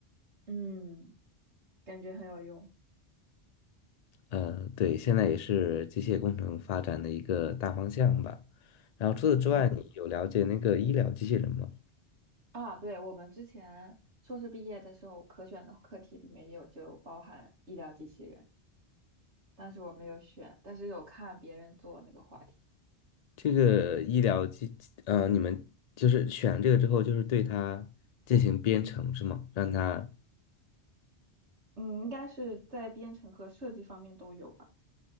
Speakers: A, on the right; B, on the left.
A: 嗯，感觉很有用。
B: 呃，对，现在也是机械工程发展的一个大方向吧。然后除此之外，
A: 嗯
B: 你有了解那个医疗机器人吗？
A: 啊，对，我们之前硕士毕业的时候，可选的课题里面也有就包含医疗机器人，但是我没有选，但是有看别人做那个话题。
B: 这个医疗机，呃，你们就是选这个之后，就是对它进行编程是吗？让它，
A: 嗯，应该是在编程和设计方面都有吧。